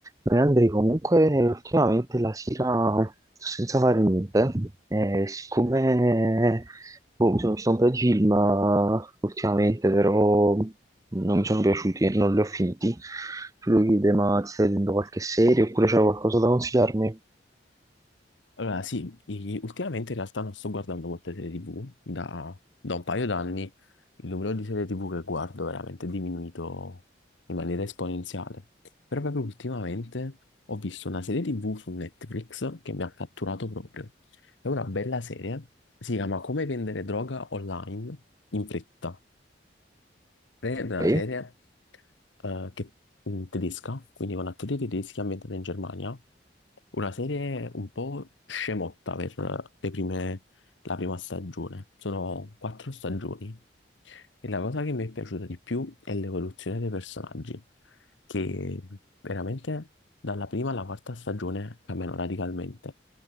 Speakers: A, on the right; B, on the left.
A: Beh, Andri, comunque ultimamente la sera sto senza fare niente, e siccome boh, mi sono visto un po' di film eh, ultimamente, però non mi sono piaciuti e non li ho finiti, tu lo chiede, ma ti stai vedendo qualche serie oppure c'è qualcosa da consigliarmi?
B: Allora, sì, i- ultimamente in realtà non sto guardando molte serie TV, da, da un paio d'anni il numero di serie TV che guardo è veramente diminuito in maniera esponenziale. Però proprio ultimamente ho visto una serie TV su Netflix che mi ha catturato proprio. È una bella serie, si chiama Come vendere droga online in fretta è una
A: Ok.
B: serie eh, che- in tedesca, quindi con attori tedeschi ambientata in Germania, una serie un po' scemotta per le prime- la prima stagione. Sono quattro stagioni e la cosa che mi è piaciuta di più è l'evoluzione dei personaggi, che veramente dalla prima alla quarta stagione cambiano radicalmente.